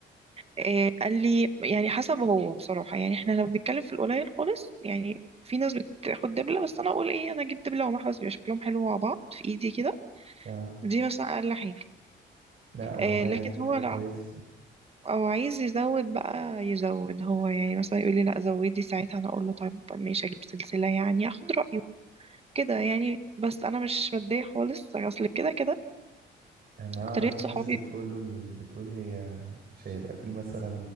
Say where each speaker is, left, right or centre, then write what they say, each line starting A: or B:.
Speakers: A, on the right (about 30°); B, on the right (about 50°).
A: إيه قال لي يعني حسب هو بصراحه يعني احنا لو بنتكلم في القليل خالص يعني في ناس بتاخد دبلة بس انا اقول ايه انا اجيب دبلة ومحبس بيبقى شكلهم حلو مع بعض في ايدي كده
B: اه
A: دي مثلا اقل حاجه
B: لا والله
A: إيه لكن
B: كانت حاجة
A: هو لو
B: كويسة
A: او عايز يزود بقى يزود هو يعني مثلا يقول لي لا زودي ساعتها انا اقول له طيب ماشي اجيب سلسله يعني اخد رايه كده يعني بس انا مش متضايقه خالص اصل كده كده
B: انا
A: اكتريت
B: اعرف ناس
A: صحابي
B: بتقول له ال- بتقول هي مش هيبقى في مثلا